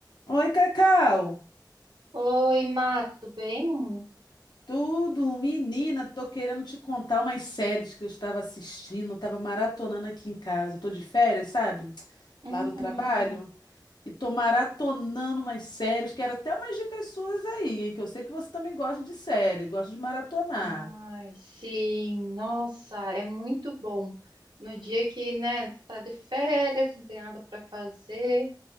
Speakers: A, on the left (about 70°); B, on the right (about 75°).
A: Oi, Cacau.
B: Oi, Má, tudo bem?
A: Tudo, menina, tô querendo te contar umas séries que eu estava assistindo, tava maratonando aqui em casa. Eu tô de férias, sabe?
B: Uhum.
A: Lá do trabalho. E tô maratonando umas séries, quero até umas dicas suas aí, hein? Que eu sei que você também gosta de série, gosta de maratonar.
B: Ai, sim, nossa, é muito bom. No dia que, né, tá de férias, não tem nada para fazer,